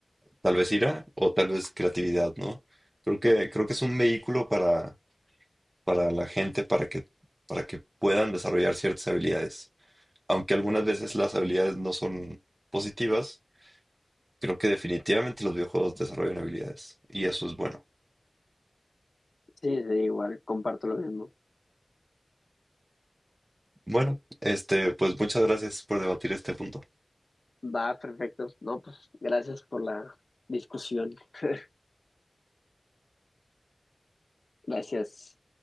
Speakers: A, on the right; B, on the left.
A: tal vez ira o tal vez creatividad, ¿no? Creo que, creo que es un vehículo para, para la gente, para que, para que puedan desarrollar ciertas habilidades, aunque algunas veces las habilidades no son positivas Creo que definitivamente los videojuegos desarrollan habilidades y eso es bueno.
B: Sí, sí, igual, comparto lo mismo.
A: Bueno, este, pues muchas gracias por debatir este punto.
B: Va, perfecto. No, pues gracias por la discusión. <laughs> Gracias.